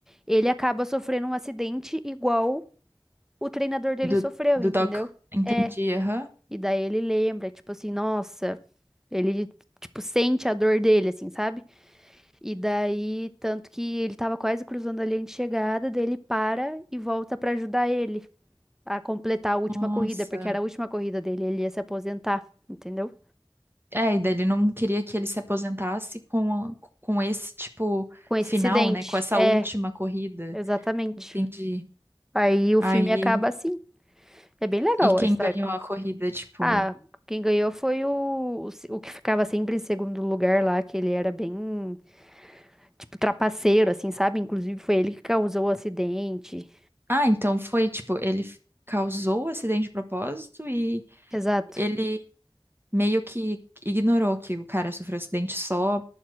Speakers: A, in the centre; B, on the right.
A: ele acaba sofrendo um acidente igual o treinador dele
B: Do,
A: sofreu,
B: do
A: entendeu?
B: Doc. Entendi,
A: É.
B: aham.
A: E daí ele lembra, tipo assim, nossa, ele, tipo, sente a dor dele, assim, sabe? E daí, tanto que ele tava quase cruzando a linha de chegada, daí ele para e volta pra ajudar ele a completar a última
B: Nossa.
A: corrida, porque era a última corrida dele, ele ia se aposentar, entendeu?
B: É, e daí ele não queria que ele se aposentasse com, a- com esse tipo
A: Com esse
B: final,
A: acidente.
B: né? Com essa
A: É,
B: última corrida.
A: exatamente.
B: Entendi.
A: Aí o
B: Aí,
A: filme acaba assim. É bem legal
B: e quem
A: a história.
B: ganhou a corrida, tipo.
A: Ah, quem ganhou foi o, o, se- o que ficava sempre em segundo lugar lá, que ele era bem, tipo, trapaceiro, assim, sabe? Inclusive foi ele que causou o acidente.
B: Ah, então foi, tipo, ele f- causou o acidente de propósito e
A: Exato.
B: ele meio que ignorou que o cara sofreu acidente só.